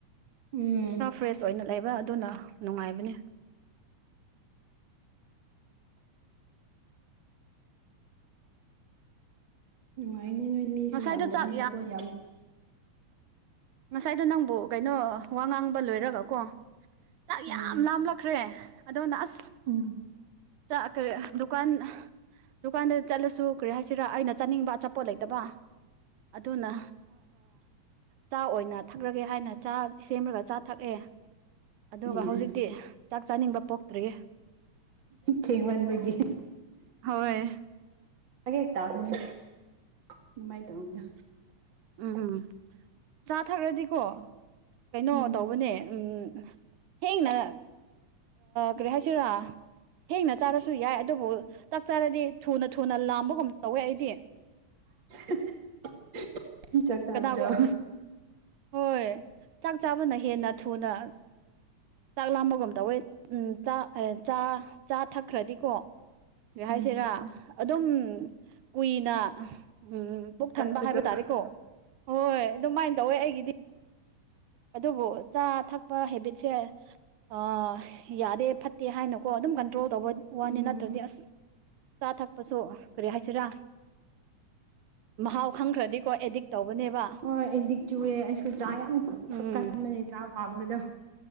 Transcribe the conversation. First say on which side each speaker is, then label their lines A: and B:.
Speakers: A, on the right; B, on the right.
A: ꯎꯝ
B: ꯈꯔ ꯐ꯭ꯔꯦꯁ ꯑꯣꯏꯅ ꯂꯩꯕ ꯑꯗꯨꯅ ꯅꯨꯡꯉꯥꯏꯕꯅꯤ
A: ꯅꯨꯡꯉꯥꯏꯅꯤ ꯅꯣꯏ ꯃꯤꯁꯨ
B: ꯉꯁꯥꯏꯗꯣ
A: ꯌꯥꯝꯗꯕꯅꯤꯅ
B: ꯆꯥꯛ
A: ꯑꯩꯈꯣꯏꯅ ꯌꯥꯝ
B: ꯉꯁꯥꯏꯗꯣ ꯅꯪꯕꯨ ꯀꯩꯅꯣ ꯋꯥ ꯉꯥꯡꯕ ꯂꯣꯏꯔꯒ ꯀꯣ ꯆꯥꯛ
A: ꯎꯝ
B: ꯌꯥꯝ ꯂꯥꯝꯂꯛ ꯈ꯭ꯔꯦ ꯑꯗꯣꯅ ꯑꯁ
A: ꯎꯝ
B: ꯆꯥ ꯀꯔꯤ ꯗꯨꯀꯥꯟ ꯗꯨꯀꯥꯟꯗ ꯆꯠꯂꯁꯨ ꯀꯔꯤ ꯍꯥꯏꯁꯤꯔꯥ ꯑꯩꯅ ꯆꯠꯅꯤꯡꯕ ꯑꯆꯥ ꯄꯣꯠ ꯂꯩꯇꯕ ꯑꯗꯨꯅ ꯆꯥ ꯑꯣꯏꯅ ꯊꯛꯂꯒꯦ ꯍꯥꯏꯅ ꯆꯥ ꯁꯦꯝꯂꯒ ꯆꯥ ꯊꯛꯑꯦ ꯑꯗꯨꯒ
A: ꯎꯝ ꯎꯝ
B: ꯍꯧꯖꯤꯛꯇꯤ ꯆꯥꯛ ꯆꯥꯅꯤꯡꯕ ꯄꯣꯛꯇ꯭ꯔꯤꯌꯦ
A: ꯊꯦꯡꯃꯟꯕꯒꯤ
B: ꯍꯣꯏ
A: ꯍꯦꯛ ꯇꯥꯕꯅꯦ ꯑꯗꯨꯃꯥꯏꯅ ꯇꯧꯕꯅꯦ
B: ꯎꯝ ꯎꯝ ꯆꯥꯊꯛꯔꯗꯤꯀꯣ ꯀꯩꯅꯣ
A: ꯎꯝ
B: ꯇꯧꯕꯅꯦ ꯎꯝ ꯊꯦꯡꯅ ꯀꯔꯤ ꯍꯥꯏꯁꯤꯔꯥ ꯊꯦꯡꯅ ꯆꯥꯔꯁꯨ ꯌꯥꯏ ꯑꯗꯨꯕꯨ ꯆꯥꯛ ꯆꯥꯔꯗꯤ ꯊꯨꯅ ꯊꯨꯅ ꯂꯥꯝꯕꯒꯨꯝ ꯇꯧꯋꯦ ꯑꯩꯗꯤ
A: <unintelligible> ꯆꯥꯛ ꯆꯥꯕꯗꯣ
B: ꯀꯅꯥꯒꯨꯝ ꯍꯣꯏ ꯆꯥꯛ ꯆꯥꯕꯅ ꯍꯦꯟꯅ ꯊꯨꯅ ꯆꯥꯛ ꯂꯥꯝꯕꯒꯨꯝ ꯇꯧꯋꯦ ꯎꯝ ꯆꯥ ꯆꯥ ꯆꯥ ꯊꯛꯈ꯭ꯔꯗꯤꯀꯣ ꯀꯔꯤ ꯍꯥꯏꯁꯤꯔꯥ
A: ꯎꯝ
B: ꯑꯗꯨꯝ ꯀꯨꯏꯅ ꯎꯝ ꯄꯨꯛ ꯊꯟꯕ
A: ꯆꯠꯄꯗꯣ
B: ꯍꯥꯏꯕ ꯇꯥꯔꯦꯀꯣ ꯍꯣꯏ ꯑꯗꯨꯃꯥꯏꯅ ꯇꯧꯋꯦ ꯑꯩꯒꯤꯗꯤ ꯑꯗꯨꯕꯨ ꯆꯥ ꯊꯛꯄ ꯍꯦꯕꯤꯠꯁꯦ ꯑꯥ ꯌꯥꯗꯦ ꯐꯠꯇꯦ ꯍꯥꯏꯅꯀꯣ ꯑꯗꯨꯝ ꯀꯟꯇ꯭ꯔꯣꯜ ꯇꯧꯕ ꯋꯥꯅꯦ
A: ꯎꯝ
B: ꯅꯠꯇ꯭ꯔꯗꯤ ꯑꯁ ꯆꯥ ꯊꯛꯄꯁꯨ ꯀꯔꯤ ꯍꯥꯏꯁꯤꯔꯥ ꯃꯍꯥꯎ ꯈꯪꯈ꯭ꯔꯗꯤꯀꯣ ꯑꯦꯗꯤꯛ ꯇꯧꯕꯅꯦꯕ
A: ꯍꯣꯏ ꯑꯦꯗꯤꯛ ꯆꯨꯏꯌꯦ ꯑꯩꯁꯨ ꯆꯥ ꯌꯥꯝ
B: ꯎꯝ
A: ꯊꯛꯀꯟꯕꯅꯦ ꯆꯥ ꯄꯥꯝꯕꯗꯣ